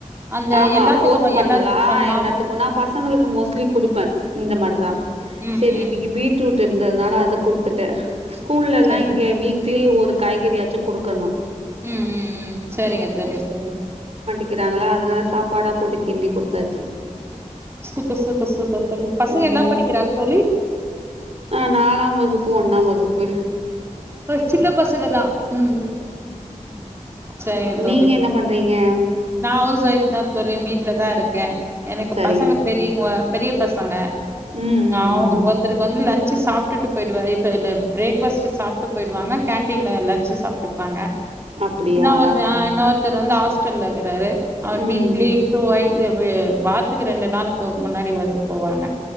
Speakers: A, on the right (about 20°); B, on the right (about 55°).
A: அந்த
B: ஆமா
A: எல்லாத்துக்கு
B: கோஸ் பண்ணலா
A: எல்லா பண்லா
B: எல்லாத்துக்கு நா பசங்களுக்கு மோஸ்ட்லி குடுப்ப இந்த மாரிதா
A: ம்
B: சரி
A: ம்
B: இன்னிக்கு பீட்ரூட் இருந்ததுனால அது குடுத்துட்டே ஸ்கூல்லலா
A: சரி
B: இங்கே வீக்லி ஒரு காய்கறியாச்சு குடுக்கணு
A: ம் ம் ம் சரிங்க தோழி சரிங்க
B: வக்கிறாங்ளா அதனால சாப்பாடா போட்டு கிண்டி குடுத்தாச்சு
A: சூப்பர் சூப்பர் சூப்பர் தோழி பசங்க
B: ம்
A: என்னா படிக்கிறாங் தோழி
B: ஆ நாலாம் வகுப்பு ஒன்னாம் வகுப்பு
A: ஒ சின்ன பசங்கதா ம் ம் ம் ம் சரிங்க தோழி
B: நீங்க என்ன பண்றீங்க
A: நா ஹவுஸ் ஒய்ஃப் தா தோழி வீட்ல தா இருக்க எனக்கு
B: சரிங்க
A: பசங்க பெரிங்க பெரிய பசங்க
B: ம்
A: ஆ
B: ம்
A: அவுங்க
B: ம்
A: ஒருத்தருக்கு வந்து லன்ச்சு சாப்ட்டுட்டு போய்டுவாரு இல்ல பிரேக்ஃபாஸ்டு சாப்ட்டு போய்டுவாங்க கேன்டீன்ல லன்ச்சு சாப்ட்டுபாங்க
B: அப்டியா
A: இன்னொ ஒரு இன்னொருத்தர் வந்து ஹாஸ்டல்ல இருக்றாரு அவர்
B: ம்
A: வீக்லி
B: ம்
A: ட்வை இ வு வாரத்துக்கு ரெண்டு நாளுக்கு முன்னாடி வந்து போவாங்க